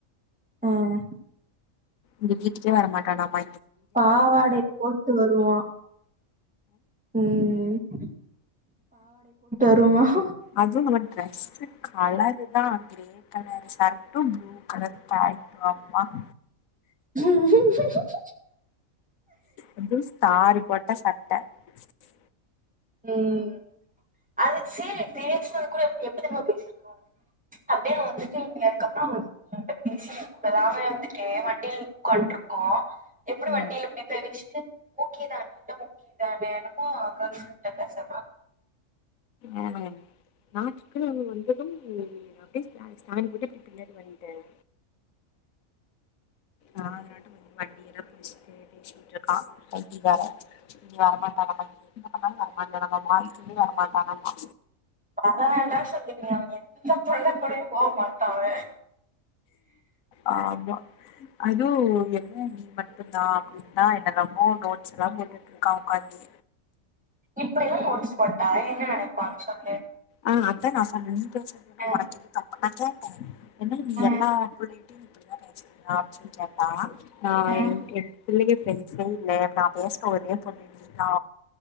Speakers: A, in the centre; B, on the left.
A: ஆஹ
B: இனி வீட்டுக்கே வர மாட்டான் ஆமா
A: பாவாடை போட்டு வருவான் உம் உம் வருவான்.
B: அதுவும் இல்லமா டிரஸ் கலரு தான் கிரே கலர் சர்டும் ப்ளூ கலர் பேண்ட்டும் வந்தான்
A: ம்குங் ம்குங் ம்ம்ம்
B: அதுவும் ஸ்டாரு போட்ட சட்டை ச்சு
A: உம் அது செரி பேச்சினது கூட எப்படி தெரியுமா பேசிருக்கான் அப்படியே வந்துட்டு இவுங்க அதுக்கப்புறம் அவண்ட்ட பேசவே கூடாது வந்து ஏன் வண்டில உட்காந்து இருக்கோம் எப்படி
B: ம்
A: வண்டியில இப்படி ஃப்ரெண்ட் ஓகே தானே எல்லாம் ஓகே தானே எனக்கும் கேல் ஃப்ரெண்ட் கிட்ட பேசவா
B: ஆஹ நாட்டுக்குள்ள வந்ததும் அப்படியே ஸ்டாண்ட் போட்டு அப்டியே பின்னாடி வந்துட்டேன் ஆஹ அதன மட்டும் கொஞ்சம் வண்டியெல்லாம் புடிச்சு தேடிச்சிட்டு இருக்கான் பைத்தியக்காரன் நீ வரமாட்டனாம வரமாட்ட ஆம் வரமாட்டானம்மா மால்கே வரமாட்டானம்மா
A: வர வேண்டாம் சொன்னீங்க அவன் எந்த புள்ள கூடையும் போக மாட்டான் அவன்
B: ஆ ஆமா அதுவும் என்ன நீ மட்டும்தான் அப்டின்னா என்னல்லமோ நோட்ஸ் எல்லாம் போட்டுட்டு இருக்கா உக்காந்து
A: இப்படில்லாம் நோட்ஸ் போட்டா என்ன நினைப்பாங்க சொல்லு
B: ஆஹ அப்போ நான் சொன்னேன் நீ பேசறதுன்னா
A: அஹ்,
B: உனக்கு எதுக்கு தப்பு நான் கேட்டேன் என்ன நீ
A: அஹ்,
B: எல்லா அப்டி இப்டிதான் பேசுறங்களா அப்டின்னு சொல்லி கேட்டா ஆஹ
A: அஹ்.
B: என் இல்லைங்க ஃப்ரெண்ட்ஸே இல்லை இப்ப நான் பேசின ஒரே பொண்ணுன்னா